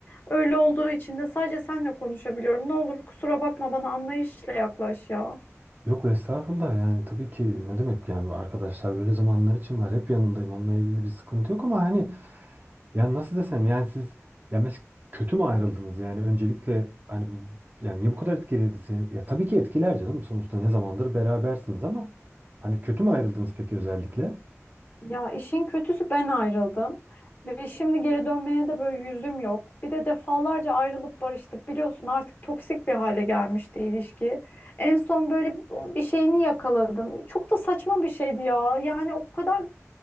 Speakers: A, on the left (about 40°); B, on the right (about 35°).
A: Öyle olduğu için de sadece senle konuşabiliyorum. Ne olur kusura bakma bana anlayışla yaklaş ya.
B: Yok estağfurullah yani tabii ki ne demek yani arkadaşlar böyle zamanlar için var. Hep yanındayım onunla ilgili bir sıkıntı yok ama hani yani nasıl desem yani siz ya mes kötü mü ayrıldınız? Yani öncelikle hani bu yani niye bu kadar etkiledi seni? Ya tabii ki etkiler canım sonuçta ne zamandır berabersiniz ama hani kötü mü ayrıldınız peki özellikle?
A: Ya işin kötüsü ben ayrıldım ve şimdi geri dönmeye de böyle yüzüm yok. Bir de defalarca ayrılıp barıştık. Biliyorsun artık toksik bir hale gelmişti ilişki. En son böyle bir şeyini yakaladım. Çok da saçma bir şeydi ya. Yani o kadar